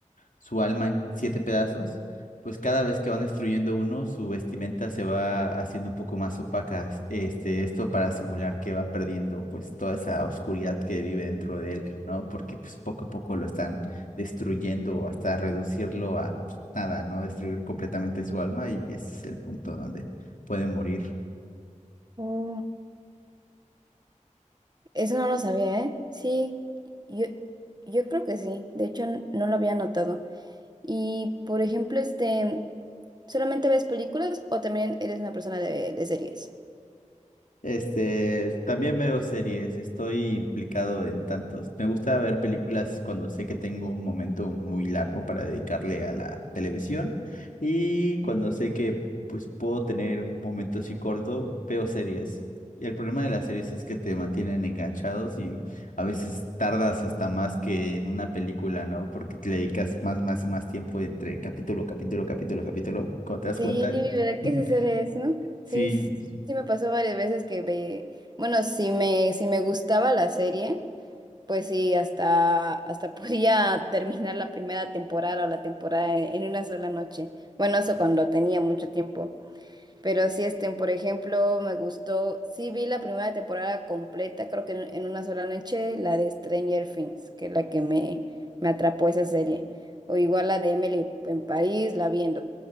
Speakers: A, on the left; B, on the right.
A: su alma en siete pedazos, pues cada vez que van destruyendo uno, su vestimenta se va haciendo un poco más opaca. Este, esto para simular que va perdiendo pues toda esa oscuridad que vive dentro de él, ¿no? Porque pues poco a poco lo están destruyendo hasta reducirlo a pues, nada, ¿no? Destruir completamente su alma y ese es el punto donde puede morir.
B: Oh, eso no lo sabía, ¿eh? Sí, yo, yo creo que sí. De hecho, n- no lo había notado. Y, por ejemplo, este, ¿solamente ves películas o también eres una persona de de series?
A: Este, también veo series, estoy implicado en tantos. Me gusta ver películas cuando sé que tengo un momento muy largo para dedicarle a la televisión y cuando sé que pues puedo tener un momento así corto, veo series. Y el problema de las series es que te mantienen enganchados y a veces tardas hasta más que en una película, ¿no? Porque te le dedicas más, más y más tiempo entre capítulo, capítulo, capítulo, capítulo, cuando te das
B: Sí,
A: cuenta.
B: ¿verdad
A: <laughs>
B: que ese ser es, no?
A: Sí,
B: Sí, sí, sí me pasó varias veces que ve, bueno, si me, si me gustaba la serie, pues sí, hasta, hasta <laughs> podía terminar la primera temporada o la temporada en en una sola noche. Bueno, eso cuando tenía mucho tiempo. Pero sí, este, por ejemplo, me gustó, sí vi la primera temporada completa, creo que en, en una sola noche, la de Stranger Things, que es la que me, me atrapó esa serie. O igual la de Emily en París, la vi en